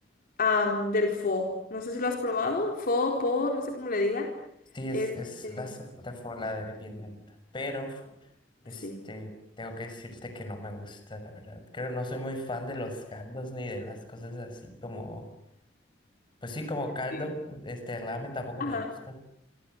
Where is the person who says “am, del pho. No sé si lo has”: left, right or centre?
Left